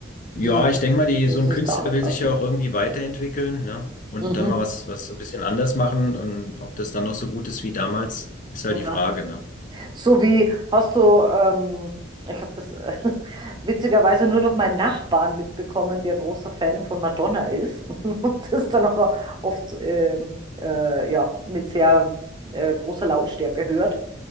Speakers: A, on the right; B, on the left.
A: wie,
B: Ja, ich denke mal, die,
A: wie
B: so
A: sie
B: ein
A: sich
B: Künstler
A: da anpassen.
B: will sich ja auch irgendwie weiterentwickeln, ne? Und
A: Mhm.
B: dann mal was, was so ein bisschen anders machen und ob das dann noch so gut ist wie damals, ist halt
A: Ja.
B: die Frage, ne?
A: So wie hast du, ähm, ich habe das äh, <laughs> witzigerweise nur durch meinen Nachbarn mitbekommen, der großer Fan von Madonna ist <laughs> und das dann auch oft ähm, äh, ja, mit sehr äh, großer Lautstärke hört.